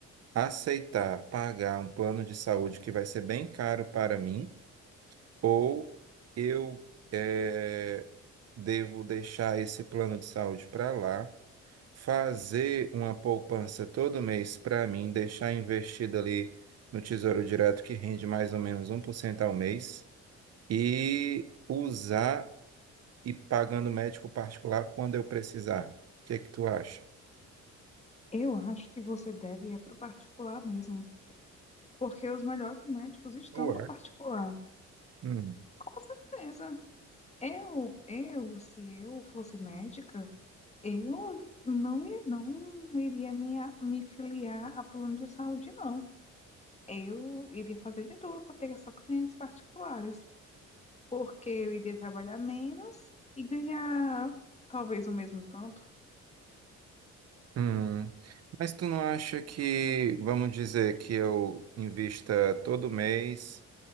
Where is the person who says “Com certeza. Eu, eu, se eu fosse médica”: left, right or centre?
Left